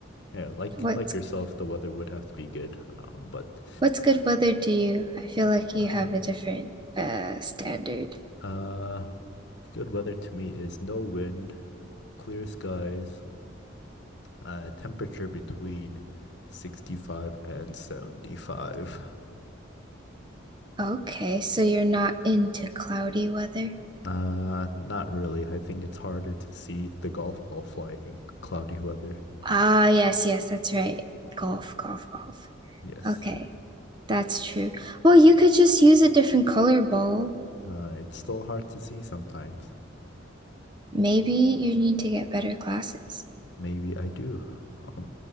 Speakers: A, on the left; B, on the right.
A: Yeah, like
B: What's
A: like yourself, the weather would have to be good. Um, but
B: what's good weather to you? I feel like you
A: uh,
B: have a different uh standard.
A: uh, good weather to me is no wind, clear skies, uh, temperature between 65 and 75.
B: Okay, so you're not into cloudy weather?
A: Uh, not really. I think it's harder to see the golf ball fly in cloudy weather.
B: Ah, yes, yes, that's right. Golf, golf, golf.
A: Yes.
B: Okay, that's true. Well, you could just use a different color ball.
A: Uh, it's still hard to see sometimes.
B: Maybe you need to get better glasses.
A: Maybe I do. Um,